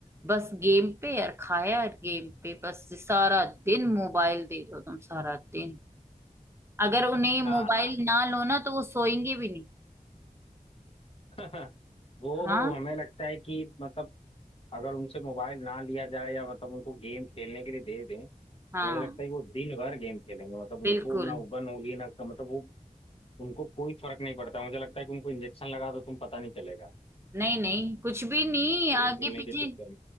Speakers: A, on the right; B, on the left.
A: बस गेम पे यार खाया यार गेम पे बस सारा दिन मोबाइल दे दो तुम सारा दिन अगर उन्हें
B: ना
A: मोबाइल
B: ना
A: ना लो ना तो वो सोएंगे भी नहीं
B: <laughs> वो
A: हाँ
B: हमें लगता है कि मतलब अगर उनसे मोबाइल ना लिया जाए या मतलब उनको गेम खेलने के लिए दे दें तो
A: हाँ
B: मुझे लगता है कि वो दिन भर गेम खेलेंगे मतलब उनको
A: बिल्कुल
B: ना उबन होगी ना मतलब वो उनको कोई फर्क नहीं पड़ता मुझे लगता है कि उनको इंजेक्शन लगा दो तुम पता नहीं चलेगा
A: नहीं नहीं कुछ भी नहीं
B: गेम
A: आगे
B: खेलने
A: पीछे
B: के चक्कर